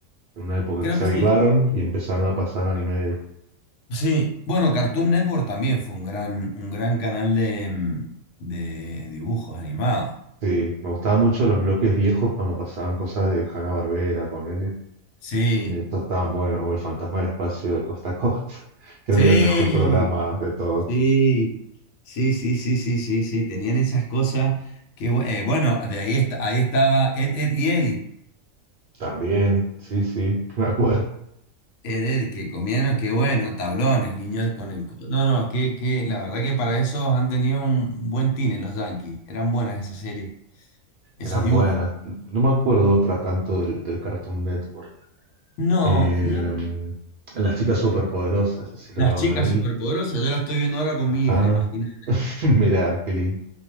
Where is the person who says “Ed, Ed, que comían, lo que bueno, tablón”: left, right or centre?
Left